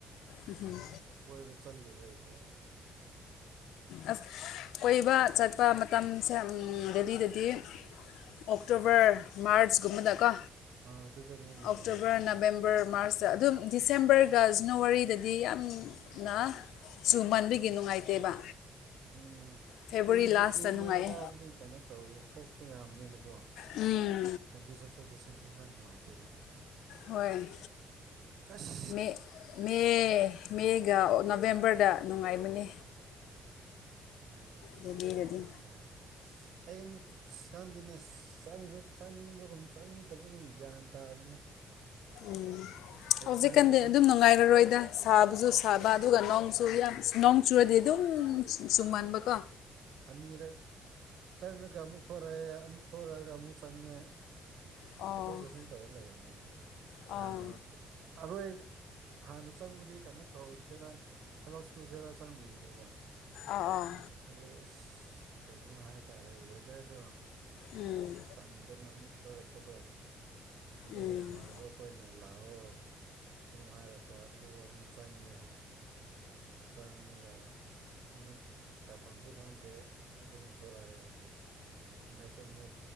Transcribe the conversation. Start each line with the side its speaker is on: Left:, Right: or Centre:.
Left: ꯎꯝꯝ
Right: ꯀꯣꯏꯕ ꯆꯜꯂꯤꯕ ꯑꯩꯁꯨ
Left: ꯑꯁ ꯀꯣꯏꯕ ꯆꯠꯄ ꯃꯇꯝꯁꯦ ꯗꯦꯂꯤꯗꯗꯤ ꯑꯣꯛꯇꯣꯕꯔ ꯃꯥꯔꯆꯀꯨꯝꯕꯗꯀꯣ
Right: ꯑꯥ ꯑꯗꯨꯗꯅꯦ ꯅꯨꯡꯉꯥꯏꯔꯦ
Left: ꯑꯣꯛꯇꯣꯕꯔ ꯅꯕꯦꯝꯕꯔ ꯃꯥꯔꯁꯇ ꯑꯗꯨꯝ ꯗꯤꯁꯦꯝꯕꯔꯒ ꯖꯦꯅꯋꯥꯔꯤꯗꯗꯤ ꯌꯥꯝꯅ ꯁꯨꯝꯃꯟꯗꯨꯒꯤ ꯅꯨꯡꯉꯥꯏꯇꯦꯕ
Right: ꯎꯝ
Left: ꯐꯦꯕꯋꯥꯔꯤ
Right: ꯏꯪꯁꯨ
Left: ꯂꯥꯁꯇ
Right: ꯏꯪꯉꯦꯅ
Left: ꯅꯨꯡꯉꯥꯏꯌꯦ
Right: ꯑꯗꯨꯗꯤ ꯀꯩꯅꯣ ꯇꯧꯔꯤ ꯐꯣꯛꯁꯨ ꯌꯥꯝꯅꯤꯅꯀꯣ
Left: ꯎꯝ
Right: ꯂꯝꯕꯤ ꯆꯠꯊꯣꯛ ꯆꯠꯁꯤꯟꯁꯨ ꯈꯔ ꯅꯨꯡꯉꯥꯏꯇꯦꯕ
Left: ꯍꯣꯏ
Right: ꯑꯁ
Left: ꯃꯤ ꯃꯦ ꯃꯦꯒ ꯅꯕꯦꯝꯕꯔꯗ ꯅꯨꯡꯉꯥꯏꯕꯅꯤ
Right: ꯎꯝ ꯑꯗꯨꯗ
Left: ꯗꯦꯜꯂꯤꯗꯗꯤ
Right: ꯅꯨꯡꯉꯥꯏ ꯑꯩ ꯑꯃꯨꯛ ꯆꯪꯗ‌ꯦꯅꯦ ꯆꯪꯁꯨ ꯆꯪꯅꯤꯡꯕꯒꯨꯝ ꯆꯪꯅꯤꯡꯗꯕꯒꯨꯝ ꯒ꯭ꯌꯥꯟ ꯇꯥꯗꯦꯅ‌ꯦ
Left: ꯎꯝ ꯍꯧꯖꯤꯛꯀꯥꯟꯗꯤ
Right: ꯆꯪꯂꯒ ꯑꯟ
Left: ꯑꯗꯨꯝ ꯅꯨꯡꯉꯥꯏꯔꯔꯣꯏꯗ ꯁꯥꯕꯖꯨ ꯁꯥꯕ ꯑꯗꯨꯒ ꯅꯣꯡꯁꯨ
Right: ꯎꯝ
Left: ꯌꯥꯝ ꯁ꯭ꯅ‌ꯣꯡ ꯆꯨꯔꯗꯤ ꯑꯗꯨꯝ ꯆꯨꯝꯃꯟꯕꯀꯣ
Right: ꯑꯅꯤꯔꯛ ꯆꯪꯉꯒ ꯑꯃꯨꯛ ꯊꯣꯔꯛꯑꯦ ꯑꯃꯨꯛ ꯊꯣꯔꯛꯑꯒ ꯑꯃꯨꯛ ꯆꯪꯉꯦ
Left: ꯑꯣ
Right: ꯆꯠꯊꯣꯛ ꯆꯠꯁꯤꯟ ꯇꯧꯔ ꯂꯩꯔ‌ꯦ ꯑꯩꯁꯦ
Left: ꯑꯣ
Right: ꯍꯥꯟꯅ ꯑꯔꯣꯏ ꯍꯥꯟꯅ ꯆꯪꯕꯗꯤ ꯀꯩꯅꯣ ꯇꯧꯁꯤꯔꯥ ꯊꯕꯛ ꯁꯨꯖꯤꯔꯥ ꯆꯪꯒꯤꯕꯅꯦꯕ
Left: ꯑꯥ ꯑꯥ
Right: ꯑꯗꯣ ꯑꯁ ꯀꯩꯅꯣ ꯍꯥꯏꯇꯥꯔꯦ ꯋꯦꯗꯔꯗꯣ
Left: ꯎꯝ
Right: ꯇꯟꯗꯅ ꯑꯃꯨꯛ ꯊꯣꯔꯛꯄꯀꯣ ꯑꯗꯨꯒ
Left: ꯎꯝ
Right: ꯏꯃꯥꯟꯅꯕ ꯈꯣꯏꯅ ꯂꯥꯛꯑꯣ ꯑꯃꯨꯛ ꯍꯥꯏꯔꯛꯄ ꯑꯗꯨꯒ ꯑꯃꯨꯛ ꯆꯪꯉꯦ ꯆꯥꯡꯉ ꯑꯁ ꯑꯃꯨꯛ ꯇꯥꯐꯝꯁꯨ ꯈꯪꯗꯦ ꯑꯗꯨꯝ ꯊꯣꯔꯛꯑꯦ ꯑꯃꯨꯛ ꯍꯟꯗꯛꯁꯨ ꯑꯃꯨꯛ